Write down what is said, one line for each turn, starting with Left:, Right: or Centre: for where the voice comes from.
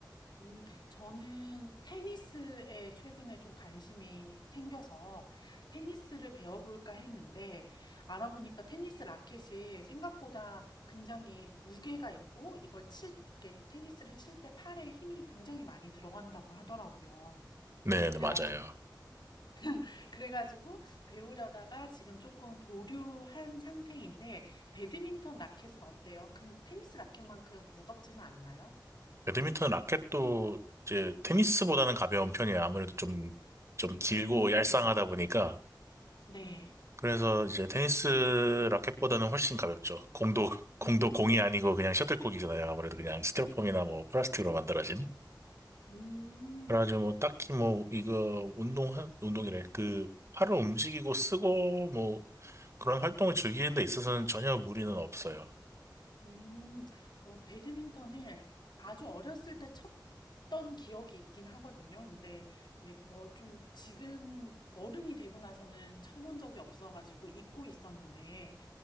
Left: 음, 저는 테니스에 최근에 좀 관심이 생겨서 테니스를 배워볼까 했는데 알아보니까 테니스 라켓이 생각보다 굉장히 무게가 있고 이걸 칠, 이렇게 테니스를 칠 때 팔에 힘이 굉장히 많이 들어간다고 하더라고요.
Right: 네,
Left: 그래가지고,
Right: 네, 맞아요.
Left: <laughs> 그래가지고 배우려다가 지금 조금 보류한 상태인데 배드민턴 라켓은 어때요? 그 테니스 라켓만큼 무겁지는 않나요?
Right: 배드민턴 라켓도 이제 테니스보다는
Left: 네.
Right: 가벼운 편이에요. 아무래도 좀, 좀 길고
Left: 음,
Right: 얄쌍하다 보니까.
Left: 네.
Right: 그래서 이제 테니스 라켓보다는 훨씬 가볍죠. 공도, <laughs> 공도
Left: 음.
Right: 공이 아니고 그냥 셔틀콕이잖아요. 아무래도 그냥 스티로폼이나 뭐 플라스틱으로 만들어진.
Left: 음.
Right: 그래가지고 뭐 딱히 뭐
Left: 네.
Right: 이거 운동, 운동이래. 그 팔을 움직이고 쓰고 뭐 그런 활동을 즐기는 데 있어서는 전혀 무리는 없어요.
Left: 음. 어 배드민턴을 아주 어렸을 때 쳤던 기억이 있긴 하거든요. 근데 왜 어 좀 지금 어른이 되고 나서는 쳐본 적이 없어 가지고 잊고 있었는데